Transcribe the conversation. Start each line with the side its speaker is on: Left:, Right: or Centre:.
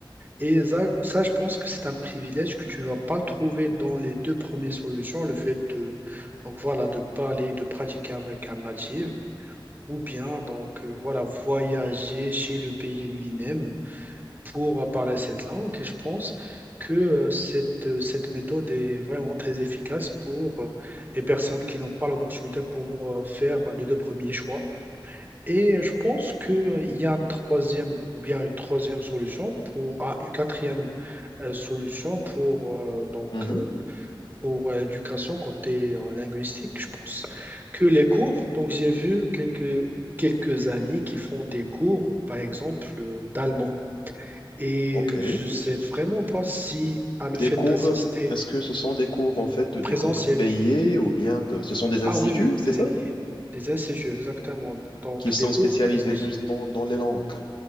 Right: Et ça, ça, je pense que c'est un privilège que tu vas pas le trouver dans les deux premières solutions, le fait de donc voilà de parler, de pratiquer avec un natif, ou bien donc euh, voilà voyager chez le pays lui-même pour parler cette langue et je pense que euh, cette, euh, cette méthode est vraiment très efficace pour euh, les personnes qui n'ont pas l'opportunité pour euh, faire les deux premiers choix. Et euh, je pense qu'il y a un troisième ou bien une troisième solution pour ah, une quatrième euh, solution pour euh, donc
Left: Mhm,
Right: euh, pour euh, l'éducation côté euh, linguistique. Je pense que les cours, donc j'ai vu quelques quelques amis qui font des cours, par exemple euh, d'allemand. Et
Left: Ok.
Right: je sais vraiment pas si à le
Left: Des
Right: fait
Left: cours,
Right: d'assister
Left: est-ce que ce sont des cours, en fait, des
Right: présentiel.
Left: cours payés ou bien de... ce sont des instituts,
Right: Ah oui, oui,
Left: c'est
Right: oui,
Left: ça?
Right: des ACJU, exactement.
Left: Ouais.
Right: Donc
Left: Qui sont
Right: des cours
Left: spécialisés
Right: présence.
Left: juste dans, dans les langues.